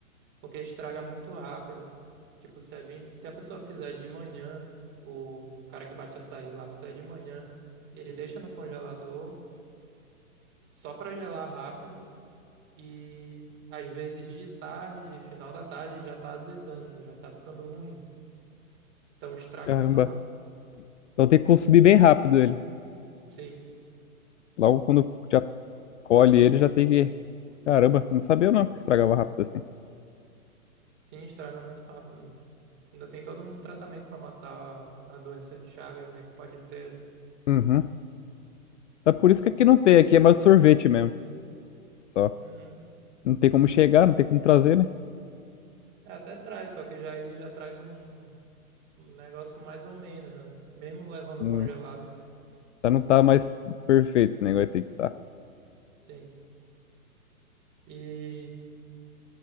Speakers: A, on the right (about 25°); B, on the left (about 55°).
A: porque estraga muito rápido. Tipo, se a gente, se a pessoa fizer de manhã, o cara que bate açaí lá fizer de manhã, ele deixa no congelador só pra gelar rápido e às vezes de tarde, final da tarde já tá azedando, já tá ficando ruim. Então estraga
B: Caramba.
A: muito rápido.
B: Então tem que consumir bem rápido ele.
A: Sim,
B: Logo quando já colhe ele, já tem que... Caramba, não sabia não que estragava rápido assim.
A: sim, estraga muito rápido. mano. Ainda tem todo um tratamento pra matar a a doença de Chagas, né, que pode ter. né?
B: Uhum. É por isso que aqui não tem, aqui é mais sorvete mesmo, só.
A: Uhum.
B: Não tem como chegar, não tem como trazer, né?
A: É, até traz, só que já aí já traz um Um negócio mais ou menos, né? Mesmo levando
B: Não,
A: congelado.
B: tá, não tá mais perfeito o negócio, tem que tá.
A: Sim. E